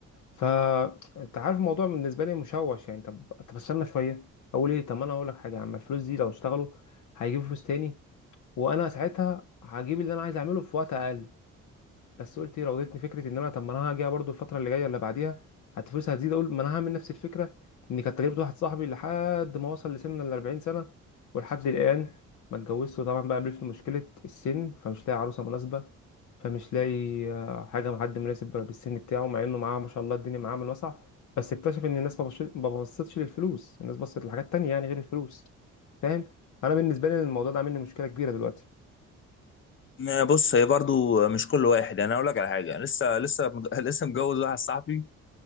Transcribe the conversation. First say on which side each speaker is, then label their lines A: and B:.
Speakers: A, on the left (about 80°); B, on the left (about 40°).
A: فانت عارف الموضوع بالنسبه لي مشوش يعني طب طب استنى شويه اقول ايه طب ما انا اقول لك حاجه يا عم الفلوس دي لو اشتغلوا هيجيبوا فلوس تاني وانا ساعتها هجيب اللي انا عايز اعمله في وقت اقل بس قلت ايه راودتني فكره ان انا طب ما انا هاجي برضو الفتره اللي جايه ولا بعديها هت- فلوسها هتزيد اقول ما انا هعمل نفس الفكره ان كانت تجربه واحد صاحبي لحد ما وصل لسن ال 40 سنه ولحد الان ما اتجوزش وطبعا بقى قابلته مشكله السن فمش لاقي عروسه مناسبه فمش لاقي آه، حاجه مع حد مناسب بالسن بتاعه مع انه معاه ما شاء الله الدنيا معاه من وسع بس اكتشف ان الناس ما بصش- ما بصتش للفلوس الناس بصت لحاجات تانية يعني غير الفلوس فاهم انا بالنسبه لي الموضوع ده عامل لي مشكله كبيره دلوقتي
B: ما بص هي برضو مش كل واحد يعني انا اقول لك على حاجه أنا لسه لسه مج- لسه متجوز واحد صاحبي